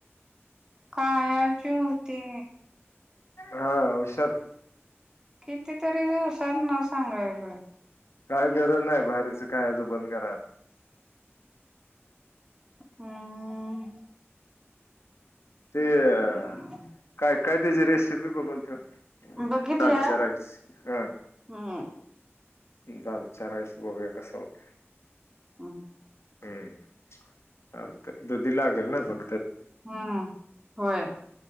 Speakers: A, on the right (about 15°); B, on the left (about 75°).
A: कायाजी होती
B: हा हुशार
A: कितीतरी दिवसांना सांगायल
B: काय गरज नाही बाहेरचं खायाचं बंद करायता
A: हम
B: ते अ
A: हम्म
B: काय काय त्याची रेसिपी बघून ठेव
A: बघितल्या
B: तालचारच हम <unintelligible>
A: हम्म
B: दाल चा राईस बघुया कसा होतोय
A: हम
B: हम्म, आते दुदीलागेल ना बघ
A: हम्म... होय